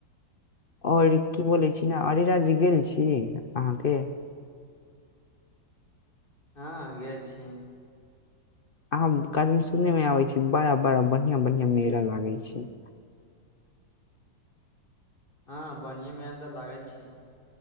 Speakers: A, on the left (about 50°); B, on the left (about 25°).
A: आओर की बोलै छी ने अरिरा जे गेल छी अहाँके
B: हँ गेल छी
A: अहाँ कदन सुननेमे आबै छी बड़ा बड़ा बढ़िआँ बढ़िआं मेला लागै छै
B: हँ बढ़िए मेल तऽ लागै छै।